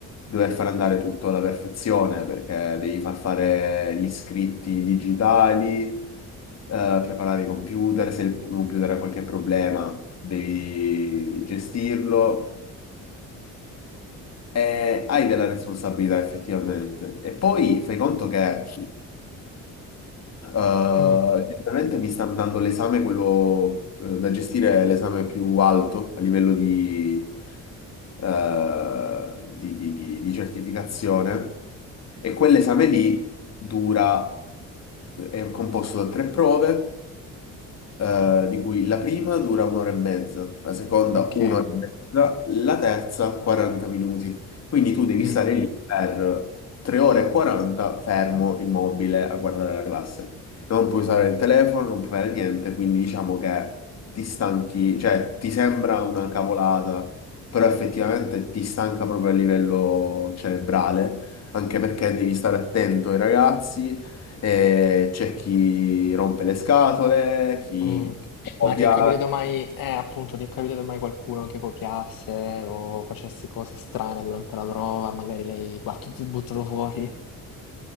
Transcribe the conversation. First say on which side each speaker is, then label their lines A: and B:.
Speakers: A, on the left; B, on the left.
A: dover far andare tutto alla perfezione perché devi far fare gli scritti digitali eh, preparare i computer, se il computer ha qualche problema devi gestirlo e hai della responsabilità effettivamente. E poi fai conto che eh, generalmente
B: Mm,
A: mi stanno dando l'esame, quello eh, da gestire è l'esame più alto a livello di, eh, di, di- di- di certificazione e quell'esame lì dura, è composto da tre prove. eh, di cui la prima dura un'ora e mezza, la seconda
B: ok.
A: un'ora e mezza, la terza 40 minuti. Quindi tu devi
B: Mm,
A: stare lì per 3 ore e 40 fermo, immobile, a guardare la classe. Non puoi usare il telefono, non puoi fare niente, quindi diciamo che ti stanchi, cioè ti sembra una cavolata, però effettivamente ti stanca proprio a livello cerebrale, anche perché devi stare attento ai ragazzi, eh, c'è chi rompe le scatole, chi
B: mm.
A: copia.
B: Ma ti è capitato mai, eh, appunto, ti è capitato mai qualcuno che copiasse o facesse cose strane durante la prova, magari l'hai battuto, buttato fuori?